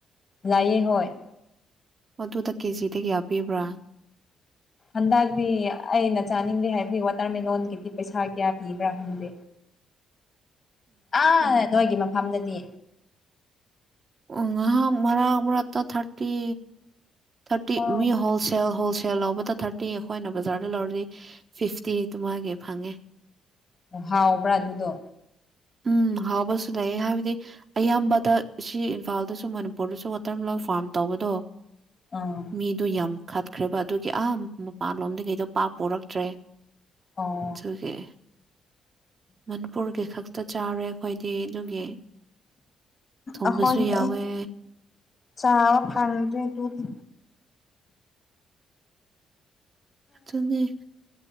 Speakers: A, on the left (about 45°); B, on the right (about 45°).
A: ꯂꯏꯌꯦ ꯍꯣꯏ
B: ꯑꯗꯨꯗ ꯀꯦꯖꯤꯗꯒꯤ ꯀꯌꯥ ꯄꯤꯕ꯭ꯔꯥ
A: ꯍꯟꯗꯛꯇꯤ ꯑꯩꯅ ꯆꯥꯅꯤꯡꯗꯦ ꯍꯥꯏꯕꯗꯤ ꯋꯥꯇꯔꯃꯦꯂꯣꯟꯒꯤꯗꯤ ꯄꯩꯁꯥ ꯀꯌꯥ ꯄꯤꯕ꯭ꯔꯥ ꯈꯪꯗꯦ
B: <inaudible>
A: ꯑꯥ ꯅꯣꯏꯒꯤ ꯃꯐꯝꯗꯗꯤ
B: ꯉꯍꯥ ꯃꯔꯛ ꯃꯔꯛꯇ ꯊꯥꯔꯇꯤ ꯊꯥꯔꯇꯤ
A: ꯑꯣ
B: ꯃꯤ ꯍꯣꯜꯁꯦꯜ ꯍꯣꯜꯁꯦꯜ ꯂꯧꯕꯗ ꯊꯥꯔꯇꯤ ꯑꯩꯈꯣꯏꯅ ꯕꯖꯥꯔꯗ ꯂꯧꯔꯁꯤ ꯐꯤꯐꯇꯤꯗꯨ ꯃꯥꯒꯤ ꯐꯪꯉꯦ
A: ꯑꯣ ꯍꯥꯎꯕ꯭ꯔꯥ ꯑꯗꯨꯗꯣ
B: ꯎꯝ ꯍꯥꯎꯕꯁꯁꯨꯂꯩꯌꯦ ꯍꯥꯏꯕꯗꯤ ꯑꯌꯥꯝꯕꯗ ꯁꯤ ꯏꯝꯐꯥꯜꯗꯁꯨ ꯃꯅꯤꯄꯨꯔꯗꯁꯨ ꯋꯥꯇꯔ ꯃꯂꯂꯣꯟ ꯐꯥꯔꯝ ꯇꯧꯕꯗꯣ
A: ꯑ
B: ꯃꯤꯗꯣ ꯌꯥꯝ ꯈꯠꯈ꯭ꯔꯦꯕ ꯑꯗꯨꯒꯤ ꯑꯍꯥ ꯃꯄꯥꯟꯂꯣꯝꯗꯤ ꯀꯩꯗꯣ ꯄꯥꯛꯄꯔꯛꯇ꯭ꯔꯦ
A: ꯑꯣ
B: ꯁꯒꯦ ꯃꯅꯤꯄꯨꯔꯒꯤ ꯈꯛꯇ ꯆꯥꯔꯦ ꯑꯩꯈꯣꯏꯗꯤ ꯑꯗꯨꯒꯤ ꯊꯣꯡꯕꯁꯨ
A: ꯑꯈꯣꯏ
B: ꯌꯥꯎꯋꯦ
A: ꯑꯩ ꯆꯥꯕ ꯐꯥꯡꯔꯦ ꯇꯨꯗꯤ
B: ꯑꯗꯨꯅꯤ